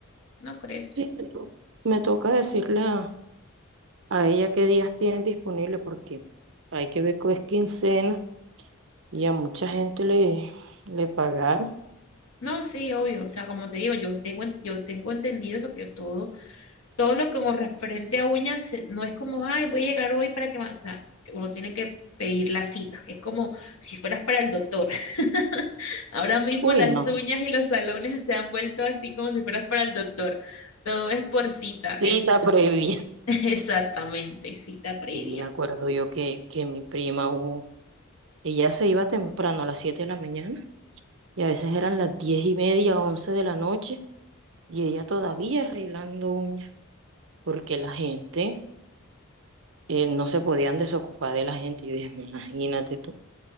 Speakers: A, on the left; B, on the right.
A: ¿no crees?
B: Sí, me, to- me toca decirle a, a ella qué días tienes disponible porque hay que ver que es quincena y a mucha gente le, le pagaron.
A: No, sí, obvio, o sea, como te digo, yo tengo, en- yo tengo entendido eso, que todo, todo lo que con referente a uñas eh, no es como, ay, voy a llegar hoy para que, me-". o sea, uno tiene que pedir la cita, es como si fueras para el doctor. <laughs> Ahora mismo
B: Uy,
A: las
B: no,
A: uñas y los salones se han vuelto así como si fueras para el doctor. Todo es por cita,
B: cita
A: eh,
B: previa.
A: <laughs> exactamente, cita previa.
B: Y me acuerdo yo que, que mi prima, uh, ella se iba temprano a las 7 de la mañana y a veces eran las 10 y media, 11 de la noche y ella todavía arreglando uñas porque la gente eh, no se podían desocupar de la gente. Yo dije, imagínate tú,